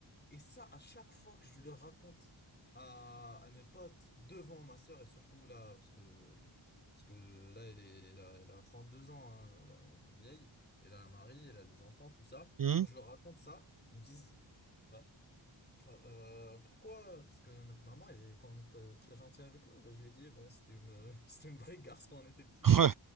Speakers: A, on the left (about 20°); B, on the right (about 45°).
A: Et ça, à chaque fois que je le raconte à, à mes potes, devant ma sœur, et surtout là, parce que, parce que là, elle est, elle a, elle a 32 ans, hein, là, elle est vieille, elle a un mari, elle a des enfants, tout ça.
B: mhm,
A: Quand je leur raconte ça, ils me disent... bah, Enfin, Euh, pourquoi? Parce que notre maman, elle est quand même t- très gentille avec nous. Bah, je lui ai dit, bon, c'était une, <laughs> c'était une vraie garce quand on était petit.
B: <laughs> ouais,